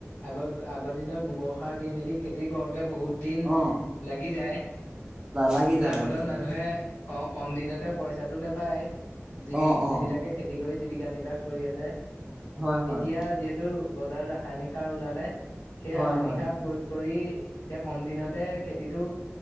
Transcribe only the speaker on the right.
অ
লাগি
যায়
লাগি যায়
অ
অ
হয় হয়
হয়
হয়